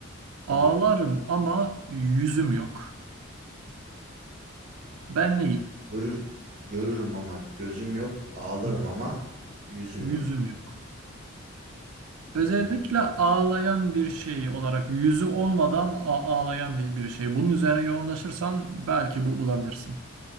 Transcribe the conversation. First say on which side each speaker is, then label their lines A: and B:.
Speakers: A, on the right; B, on the right.
A: Ağlarım
B: Hı.
A: ama yüzüm yok. Ben neyim?
B: Görür. Görürüm ama gözüm yok. Ağlarım
A: Hı hı.
B: ama yüzüm
A: Yüzüm
B: yok.
A: yok. Özellikle
B: Hı.
A: ağlayan bir şey olarak yüzü olmadan a- ağlayan bir, bir şey. Bunun üzerine yoğunlaşırsan belki bu bulabilirsin.